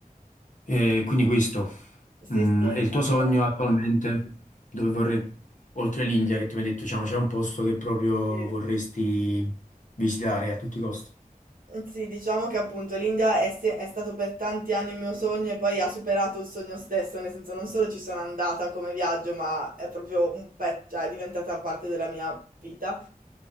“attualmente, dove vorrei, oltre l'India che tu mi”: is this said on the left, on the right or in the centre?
Left